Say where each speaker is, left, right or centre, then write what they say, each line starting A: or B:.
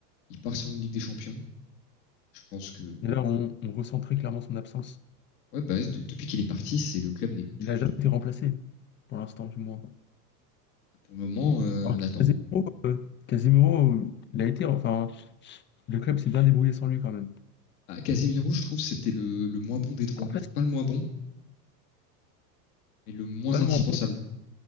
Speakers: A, on the left; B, on the left.
A: Il part sur une Ligue des Champions. Je pense que
B: Et là, on, on ressent très clairement son absence.
A: ouais, bah, de- depuis qu'il est parti, c'est le club n'est plus
B: Il n'a
A: du
B: jamais
A: tout.
B: été remplacé, pour l'instant, du moins.
A: Pour le moment, euh,
B: Alors,
A: on
B: que
A: attend.
B: Casemiro, euh, Casemiro, euh, il a été, enfin, le club s'est bien débrouillé sans lui quand même.
A: Bah, Casemiro, je trouve, c'était le, le moins bon des trois.
B: Après, c'est
A: Pas le moins bon, mais le moins
B: pas le
A: indispensable.
B: moins